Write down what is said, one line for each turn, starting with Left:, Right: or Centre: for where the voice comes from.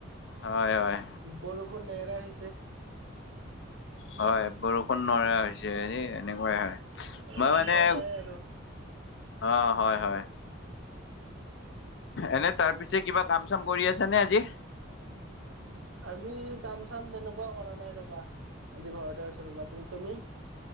Left: হয়, হয়।
Right: বৰষুণ নেহৰা হৈছে।
Left: হয়, বৰষুণ নোৱাৰা হৈছে এই এনেকুৱাই হয় মই
Right: এ
Left: মানে
Right: উপায় নাই আৰু
Left: অ', হয়, হয়, এনে, তাৰ পিছে কিবা কাম চাম কৰি আছা নে আজি
Right: আজি, কাম চাম তেনেকুৱা কৰা নাই ৰবা, আজি ঘৰতে আছো ৰবা তুমি?